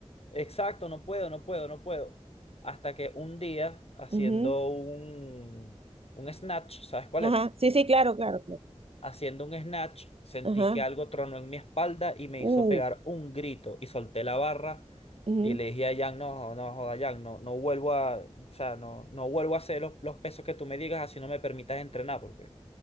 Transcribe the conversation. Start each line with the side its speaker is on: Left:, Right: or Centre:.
Left: Exacto, no puedo, no puedo, no puedo. Hasta que un día, haciendo
Right: Ujú,
Left: un, un snatch, ¿sabes cuál
Right: Ajá,
Left: es?
Right: sí, sí, claro, claro, claro.
Left: Haciendo un snatch, sentí
Right: Ajá,
Left: que algo tronó en mi espalda y me
Right: uh,
Left: hizo pegar un grito y solté la barra
Right: ujú,
Left: y le dije a Jan, no, no, joda, Jan, no, no vuelvo a, o sea, no, no vuelvo a hacer los, los pesos que tú me digas, así no me permitas entrenar, porque...